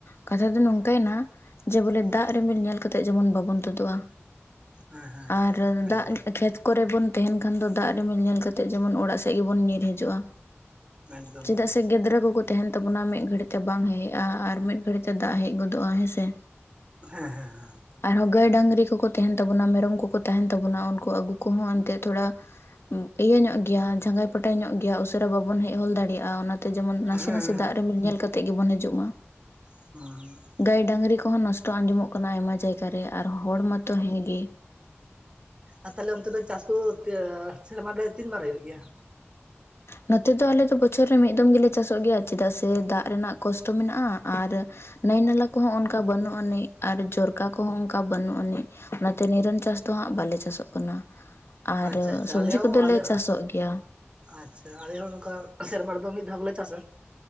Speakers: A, on the left (about 65°); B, on the right (about 25°).
A: ᱠᱟᱛᱷᱟ ᱫᱚ ᱱᱚᱝᱠᱟᱭᱮᱱᱟ ᱡᱮ ᱵᱚᱞᱮ ᱫᱟᱜ
B: ᱦᱩᱸ
A: ᱨᱤᱢᱤᱞ ᱧᱮᱞ ᱠᱟᱛᱮ ᱡᱮᱢᱚᱱ ᱵᱟᱵᱚᱱ ᱛᱩᱫᱩᱜ-ᱟ
B: ᱦᱮᱸ ᱦᱮᱸ
A: ᱟᱨ
B: ᱮᱠᱫᱚᱢ
A: ᱫᱟᱜ ᱠᱷᱮᱛ ᱠᱚᱨᱮ ᱵᱚᱱ ᱛᱟᱦᱮᱱ ᱠᱷᱟᱱ ᱫᱚ ᱫᱟᱜ ᱨᱮᱤᱢᱤᱞ ᱧᱮᱞ ᱠᱟᱛᱮᱫ ᱡᱮᱢᱚᱱ ᱚᱲᱟᱜ ᱥᱮᱫ ᱜᱮᱵᱚᱱ ᱧᱤᱨ ᱦᱤᱡᱩᱜ-ᱟ
B: ᱮᱠᱫᱚᱢ
A: ᱪᱮᱫᱟᱜ ᱥᱮ ᱥᱮ ᱜᱤᱫᱽᱨᱟᱹ ᱠᱚᱠᱚ ᱛᱟᱦᱮᱱ ᱛᱟᱵᱚᱱᱟ ᱢᱤᱫ ᱜᱷᱟᱹᱲᱤᱡ ᱛᱮ ᱵᱟᱝ ᱦᱮᱡ-ᱟ ᱟᱨ ᱢᱤᱫ ᱜᱷᱟᱹᱲᱤᱡ ᱛᱮ ᱫᱟᱜ ᱦᱮᱡ ᱜᱚᱫᱚᱜ-ᱟ ᱦᱮᱸᱥᱮ
B: ᱦᱮᱸ ᱦᱮᱸ ᱦᱮᱸ
A: ᱟᱨᱦᱚᱸ ᱜᱟᱹᱭ ᱰᱟᱝᱨᱤ ᱠᱚᱠᱚ ᱛᱟᱦᱮᱱ ᱛᱟᱵᱚᱱᱟ ᱢᱮᱨᱚᱢ ᱠᱚᱠᱚ ᱛᱟᱦᱮᱱ ᱛᱟᱵᱚᱱᱟ ᱩᱱᱠᱩ ᱟᱹᱜᱩ ᱠᱚᱦᱚᱸ ᱮᱱᱛᱜ ᱛᱷᱚᱲᱟ ᱤᱭᱟᱹ ᱧᱚᱜ ᱜᱮᱭᱟ ᱡᱟᱸᱜᱟᱭ ᱯᱚᱴᱟᱭ ᱧᱚᱜ ᱜᱮᱭᱟ ᱜᱮᱭᱟ ᱩᱥᱟᱹᱨᱟ ᱵᱟᱵᱚᱱ ᱦᱮᱡ ᱦᱚᱞ ᱫᱟᱲᱮᱭᱟᱜ-ᱟ ᱚᱱᱟᱛᱮ ᱡᱮᱢᱚᱱ ᱱᱟᱥᱮ
B: ᱦᱮᱸ ᱦᱮᱸ
A: ᱱᱟᱥᱮ ᱫᱟᱜ ᱨᱮ ᱧᱮᱞ ᱠᱟᱛᱮᱜ ᱜᱮᱵᱚᱱ ᱦᱤᱡᱩᱜ ᱢᱟ
B: <unintelligible>
A: ᱜᱟᱹᱭ ᱰᱟᱹᱝᱨᱤ ᱠᱚᱦᱚᱸ ᱱᱚᱥᱴᱚ ᱟᱸᱡᱚᱢᱚᱜ ᱠᱟᱱᱟ ᱟᱭᱢᱟ ᱡᱟᱭᱜᱟ ᱨᱮ ᱟᱨ ᱦᱚᱲ ᱢᱟᱛᱚ ᱦᱮᱸᱜᱮ
B: ᱟᱨ ᱛᱟᱦᱞᱮ ᱚᱱᱛᱮ ᱫᱚ ᱪᱟᱥ ᱠᱚ ᱥᱮᱨᱢᱟ ᱨᱮ ᱛᱤᱱᱵᱟᱨ ᱦᱩᱭᱩᱜ ᱜᱮᱭᱟ
A: ᱱᱚᱛᱮ ᱫᱚ ᱟᱞᱮ ᱫᱚ ᱵᱚᱪᱷᱚᱨ ᱨᱮ ᱢᱤᱫ ᱫᱚᱢ ᱜᱮᱞᱮ ᱪᱟᱥᱚᱜ ᱜᱮᱭᱟ ᱪᱮᱫᱟᱜ ᱥᱮ ᱫᱟᱜ ᱨᱮᱱᱟᱜ ᱠᱚᱥᱴᱚ ᱢᱮᱱᱟᱜ-ᱟ ᱟᱨ ᱱᱟᱹᱭ ᱱᱟᱞᱟ ᱠᱚᱦᱚᱸ ᱚᱱᱠᱟ ᱵᱟᱹᱱᱩᱜ ᱟᱹᱱᱤᱡ ᱟᱨ ᱡᱚᱨᱠᱟ ᱠᱚᱦᱚᱸ ᱚᱱᱠᱟ ᱵᱟᱹᱱᱩᱜ ᱟᱹᱱᱤᱡ ᱚᱱᱟᱛᱮ ᱱᱤᱨᱚᱱ ᱪᱟᱥ ᱫᱚᱦᱟᱸᱜ ᱵᱟᱞᱮ ᱪᱟᱥᱚᱜ ᱠᱟᱱᱟ ᱟᱨ
B: ᱟᱪᱪᱷᱟ ᱟᱪᱪᱷᱟ
A: ᱥᱚᱵᱡᱤ
B: ᱟᱞᱮ ᱦᱚᱸ
A: ᱠᱚᱫᱚᱞᱮ
B: ᱟᱞᱮ
A: ᱪᱟᱥᱚᱜ ᱜᱮᱭᱟ
B: ᱟᱪᱪᱷᱟ ᱟᱞᱮ ᱦᱚᱸ ᱱᱚᱝᱠᱟ ᱥᱮᱨᱢᱟ ᱨᱮᱫᱚ ᱢᱤᱫ ᱫᱷᱟᱣ ᱜᱮᱞᱮ ᱪᱟᱥ-ᱟ